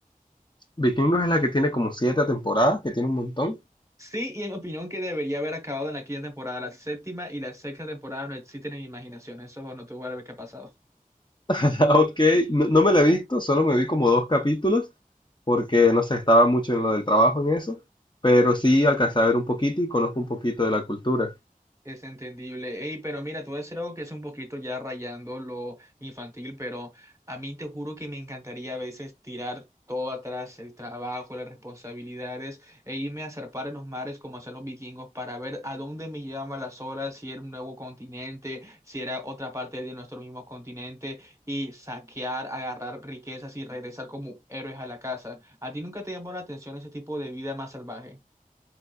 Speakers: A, on the left; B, on the right.
A: Vikingos es la que tiene como siete temporadas, que tiene un montón.
B: Sí, y en mi opinión que debería haber acabado en la quinta temporada. La séptima y la sexta temporada no existen en mi imaginación. Eso no tuvo que haber pasado.
A: <laughs> Ok, no, no me la he visto, solo me vi como dos capítulos, porque no sé, estaba mucho en lo del trabajo en eso, pero sí alcancé a ver un poquito y conozco un poquito de la cultura.
B: Es entendible. Ey, pero mira, te voy a decir algo que es un poquito ya rayando lo infantil, pero a mí te juro que me encantaría a veces tirar todo atrás, el trabajo, las responsabilidades, e irme a zarpar en los mares como hacían los vikingos para ver a dónde me llevaban las olas, si era un nuevo continente, si era otra parte de nuestro mismo continente, y saquear, agarrar riquezas y regresar como héroes a la casa. ¿A ti nunca te llamó la atención ese tipo de vida más salvaje?